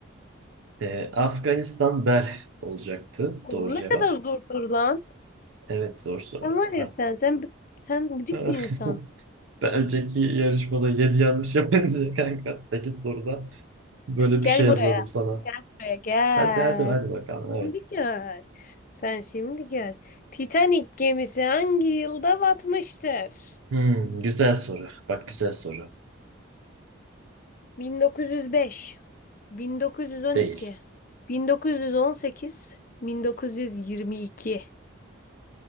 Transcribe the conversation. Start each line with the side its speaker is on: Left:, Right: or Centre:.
Right: Ee, Afganistan Belh olacaktı.
Left: Oğlum
Right: Doğru cevap.
Left: ne kadar zor soru lan.
Right: Evet zor soru.
Left: Sen var ya
Right: Ar-
Left: sen sen sen gıcık
Right: <laughs>
Left: bir insansın.
Right: Ben önceki yarışmada 7 yanlış yapınca kanka 8 soruda böyle
Left: Gel
Right: bir şey yazalım
Left: buraya.
Right: sana.
Left: Buraya gel.
Right: Hadi hadi hadi bakalım evet.
Left: Şimdi gör. Sen şimdi gör. Titanic gemisi hangi yılda batmıştır?
Right: Hmm, güzel soru. Bak güzel soru.
Left: 1905, 1912,
Right: Değil.
Left: 1918, 1922.